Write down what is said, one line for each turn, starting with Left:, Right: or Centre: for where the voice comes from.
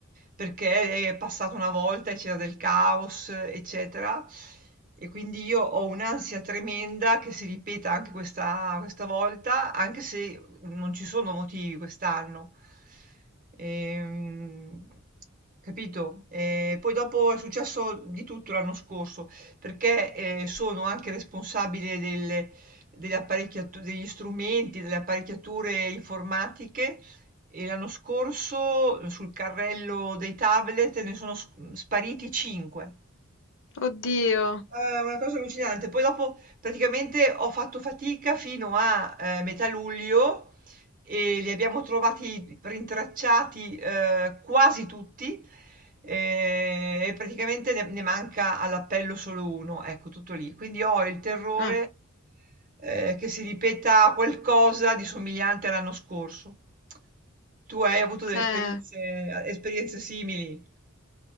Right: perché è passata una volta e c'era del caos, eccetera. E quindi io ho un'ansia tremenda che si ripeta anche questa, questa volta, anche se non ci sono motivi quest'anno. Ehm, capito? E poi dopo è successo di tutto l'anno scorso perché, ehm, sono anche responsabile del delle apparecchiatu degli strumenti, delle apparecchiature informatiche e l'anno scorso sul carrello dei tablet ne sono s mhmm, spariti 5.
Left: oddio.
Right: È una cosa allucinante. Poi dopo praticamente ho fatto fatica fino a, ehm, metà luglio e li abbiamo trovati rintracciati eh, quasi tutti eh, e praticamente ne, ne manca all'appello solo uno, ecco tutto lì. Quindi ho il terrore
Left: Eh,
Right: eh, che si ripeta qualcosa di somigliante all'anno scorso. Tu hai avuto delle
Left: eh.
Right: esperienze, eh, esperienze simili?